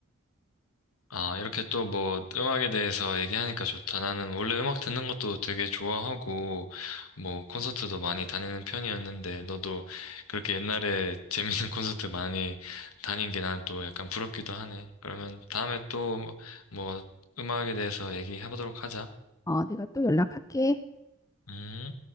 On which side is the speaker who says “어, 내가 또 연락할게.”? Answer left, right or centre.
Left